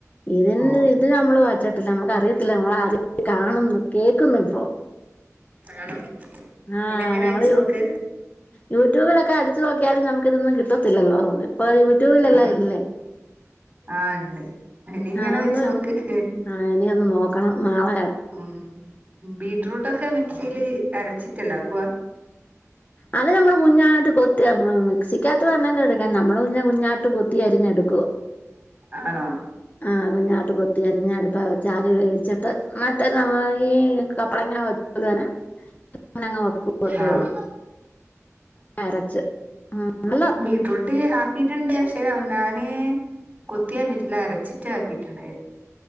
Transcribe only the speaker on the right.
ഓഹ്
ആണോ
ഇനി അങ്ങനെ
വെച്ച്
നോക്ക്
ആഹ്
ആഹ് ഇണ്ട് ഇനി ഇങ്ങന
വെചോക്ക് ഹ്
ഉം ബീറ്റ്റൂട്ടൊക്കെ മിക്സീല് അരച്ചിട്ടല്ലേ ആക്കുവ
ആണോ
ആഹ്
ബീട്ട്റൂട്ട് ആക്കിയിട്ടുണ്ട് പക്ഷേ നാന് കൊത്തിയരിഞ്ഞിറ്റ്ല്ല അരച്ചിറ്റ് ആക്കിട്ടുണ്ടായ